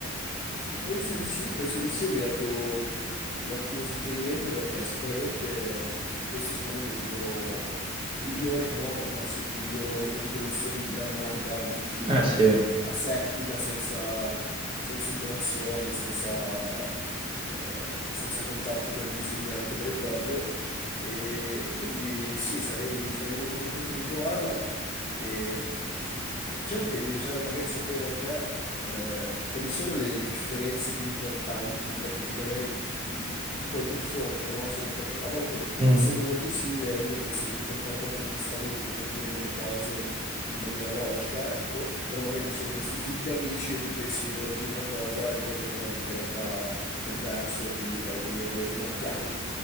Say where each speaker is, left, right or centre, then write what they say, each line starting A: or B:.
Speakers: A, on the left; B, on the right.
A: Penso di sì, penso di sì e mi hai dato un ottimo suggerimento perché sicuramente questo è secondo me è un metodo migliore che no, guardarsi un video, una video lezione di grammatica un pochino
B: Ah sì,
A: asettica, senza, senza interazione, senza, eh, senza contatto con l'insegnante vero e proprio. E, e quindi sì, sarei, sarei molto contento di provarla. E... Diciamo che mi piacerebbe magari sapere da te eh, quali sono le differenze più importanti, proprio che magari i- i- ti puoi confondere, no? Sono perché a volte,
B: Mm.
A: essendo molto simile, uno pensa di poter fare qualche aggiustamento e capire delle cose in maniera logica, ecco, però magari ci sono questi finti amici e tu pensi di voler dire una cosa e poi ti accorgi che in realtà è diverso e quindi fai degli errori marchiani.